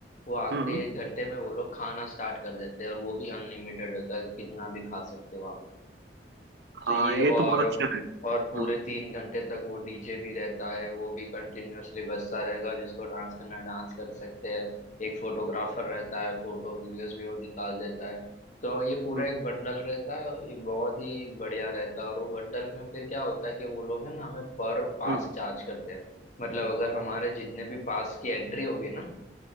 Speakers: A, on the left; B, on the right.
A: वो आखिरी
B: हम्म हम्म।
A: एक घंटे में वो लोग खाना स्टार्ट कर देते हैं और वो भी अनलिमिटेड होता है कितना भी खा सकते हो तो
B: हाँ
A: ये
B: ये
A: और
B: तो बहुत अच्छा है
A: और पूरे
B: हम्म
A: तीन घंटे तक वो डीजे भी रहता है वो भी कंटिन्यूअसली बजता रहेगा जिसको डांस करना है डांस कर सकते हैं एक फोटोग्राफर रहता है फोटो वीडियोस भी वो निकाल देता है तो ये पूरा
B: हम्म
A: एक बंडल रहता है और ये बहुत ही बढ़िया रहता है और वो बंडल में फिर क्या होता है कि वो लोग है ना हमें पर पास
B: हम्म,
A: चार्ज करते हैं मतलब अगर हमारे जितने भी पास की एंट्री होगी ना